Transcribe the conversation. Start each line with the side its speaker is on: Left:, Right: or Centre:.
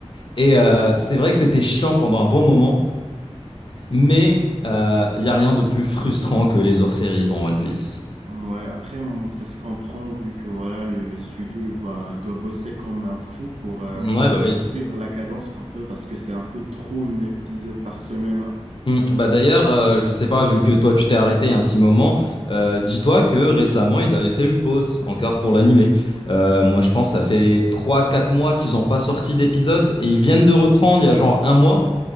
Left: Et euh, c'est vrai que c'était chiant pendant un bon moment, mais il euh, n'y a rien de plus frustrant que les hors-séries dans One Piece.
Right: Ouais, après, m- ça se comprend vu que voilà, le studio, il va, il doit bosser comme un fou pour euh,
Left: Ouais, bah oui.
Right: vivre la cadence un peu parce que c'est un peu trop un épisode par semaine. hein.
Left: Hmm. Bah d'ailleurs, euh, je sais pas, vu que toi tu t'es arrêté il y a un petit moment, euh, dis-toi que récemment ils avaient fait une pause encore pour l'animé. Euh, moi je pense que ça fait trois quatre mois qu'ils n'ont pas sorti d'épisode et ils viennent de reprendre il y a genre un mois.